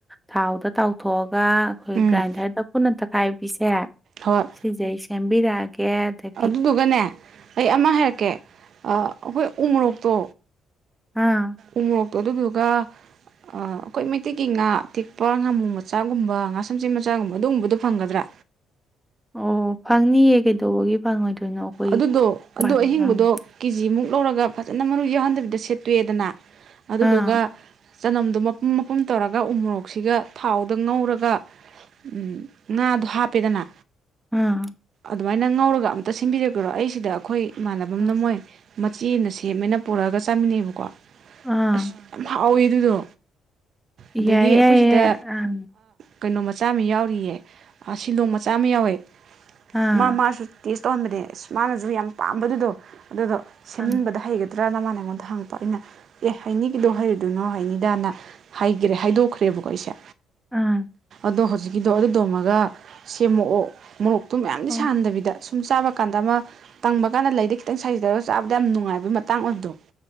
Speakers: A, in the centre; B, on the right.
A: ꯊꯥꯎꯗ ꯇꯥꯎꯊꯣꯛꯑꯒ ꯑꯩꯈꯣꯏ
B: ꯎꯝ
A: ꯒ꯭ꯔꯥꯏꯟꯗꫪꯗ ꯄꯨꯟꯅ ꯇꯛꯈꯥꯏꯕꯤꯁꯦ
B: ꯍꯣꯏ
A: ꯁꯤꯁꯦ ꯑꯩ ꯁꯦꯝꯕꯤꯔꯛꯑꯒꯦ ꯑꯗ
B: ꯑꯗꯨꯗꯨꯒꯅꯦ ꯑꯩ ꯑꯃ ꯍꯥꯏꯔꯛꯀꯦ ꯑꯩꯈꯣꯏ ꯎ ꯃꯣꯔꯣꯛꯇꯣ
A: ꯑ
B: ꯎꯃꯣꯛꯇꯣ ꯑꯗꯨꯗꯨꯒ ꯑꯩꯈꯣꯏ ꯃꯩꯇꯩꯀꯤ ꯉꯥ ꯑꯇꯦꯛꯄ ꯉꯥꯃꯨ ꯃꯆꯥꯒꯨꯝꯕ ꯉꯥ ꯁꯝꯆꯦꯠ ꯃꯆꯥꯒꯨꯝꯕ ꯑꯗꯨꯒꯨꯝꯕꯗꯣ ꯐꯪꯒꯗ꯭ꯔ
A: ꯑꯣ ꯐꯪꯅꯤꯌꯦ ꯀꯩꯗꯧꯕꯒꯤ ꯐꯪꯉꯣꯏꯗꯣꯏꯅꯣ ꯑꯩꯈꯣꯏ
B: ꯑꯗꯨꯗꯣ ꯑꯗꯨ
A: ꯕꯟ
B: ꯑꯍꯤꯡꯕꯗꯣ
A: ꯑꯪ
B: ꯀꯦꯖꯤꯃꯨꯛ ꯂꯧꯔꯒ ꯐꯖꯅ ꯃꯔꯨ ꯌꯥꯎꯍꯟꯗꯕꯤꯗ ꯁꯦꯠꯇꯣꯛꯑꯦꯗꯅ ꯑꯗꯨꯗꯨꯒ
A: ꯑꯥ
B: ꯆꯅꯝꯗꯣ ꯃꯄꯨꯝ ꯃꯄꯨꯝ ꯇꯧꯔꯒ ꯎꯃꯣꯔꯣꯛꯁꯤꯒ ꯊꯥꯎꯗ ꯉꯧꯔꯒ ꯎꯝ ꯉꯥꯗꯣ ꯍꯥꯞꯄꯦꯗꯅ
A: ꯑꯝ
B: ꯑꯗꯨꯃꯥꯏꯅ ꯉꯧꯔꯒ ꯑꯝꯇ ꯁꯤꯟꯕꯤꯔꯛꯀꯦꯔꯣ ꯑꯩꯁꯤꯗ ꯑꯩꯈꯣꯏ ꯏꯃꯥꯟꯅꯕꯅ
A: ꯑꯥ
B: ꯃꯣꯏ ꯃꯆꯦꯃꯅ ꯁꯦꯝꯃꯦꯅ ꯄꯨꯔꯛꯑꯒ ꯆꯥꯃꯤꯟꯅꯩꯕꯀꯣ
A: ꯑꯥ
B: ꯑꯁ ꯌꯥꯝ ꯍꯥꯎꯋꯦ ꯑꯗꯨꯗꯣ ꯑꯗꯒꯤ
A: ꯌꯥꯏꯌꯦ
B: ꯑꯩꯈꯣꯏ
A: ꯌꯥꯏꯌꯦ
B: ꯁꯤꯗ
A: ꯑꯥ
B: ꯀꯩꯅꯣ ꯃꯆꯥ ꯑꯃ ꯌꯥꯎꯔꯤꯌꯦ ꯑ ꯁꯤꯂꯣꯡ ꯃꯆꯥ ꯑꯃ ꯌꯥꯎꯋꯦ
A: ꯑꯥ
B: ꯃꯥ ꯃꯥꯁꯨ ꯇꯦꯁ ꯇꯧꯍꯟꯕꯅꯦ ꯑꯁ ꯃꯥꯅꯁꯨ ꯌꯥꯝ ꯄꯥꯝꯕꯗꯨꯗꯣ ꯑꯗꯨꯗꯣ ꯁꯦꯝꯃꯟꯕꯗ
A: ꯑꯥ
B: ꯍꯩꯒꯗ ꯇ꯭ꯔꯥꯅ ꯃꯥꯅ ꯑꯩꯉꯣꯟꯗ ꯍꯪꯉꯛꯄ ꯑꯩꯅ ꯑꯦ ꯍꯩꯅꯤꯒꯤꯗꯣ ꯍꯩꯔꯨꯗꯣꯏꯅꯣ ꯍꯩꯅꯤꯗꯅ ꯍꯥꯏꯈꯔꯦ ꯍꯥꯏꯗꯣꯛꯈ꯭ꯔꯦꯕꯀꯣ ꯑꯩꯁꯦ
A: ꯎꯝ
B: ꯑꯗꯣ ꯍꯧꯖꯤꯛꯀꯤꯗꯣ ꯑꯗꯨꯗꫭꯃꯒ ꯁꯦꯝꯃꯛꯑꯣ ꯃꯣꯔꯣꯛꯇꯣ ꯃꯌꯥꯝꯗꯤ
A: ꯑꯣ
B: ꯁꯥꯍꯟꯗꯕꯤꯗ ꯁꯨꯝ ꯆꯥꯛꯀ ꯀꯥꯟꯗ ꯑꯃ ꯇꯪꯕ ꯀꯥꯟꯗ ꯂꯩꯗ ꯈꯤꯇꯪ ꯁꯥꯔꯤ ꯇꯧꯔꯒ ꯆꯥꯕꯗ ꯌꯥꯝ ꯅꯨꯡꯉꯥꯏꯕꯒꯤ ꯃꯇꯥꯡ ꯑꯣꯏꯕꯗꯣ